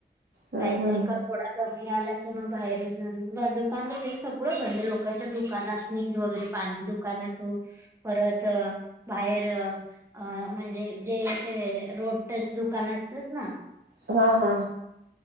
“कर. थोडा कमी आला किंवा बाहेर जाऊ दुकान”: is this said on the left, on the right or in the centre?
Right